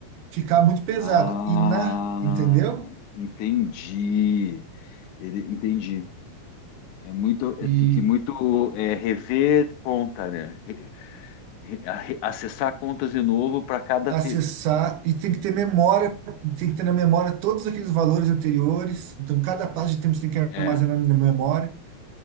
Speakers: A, on the right; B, on the left.
A: ficar muito pesado.
B: Ah,
A: E na, entendeu?
B: entendi. Ele, entendi. É muito, é,
A: E
B: tem que muito é, rever conta, né? Re- re- a- acessar contas de novo para cada
A: acessar,
B: tipo.
A: e tem que ter memória, tem que ter na memória todos aqueles valores anteriores. Então cada passo de tempo você tem que
B: É,
A: armazenar na memória,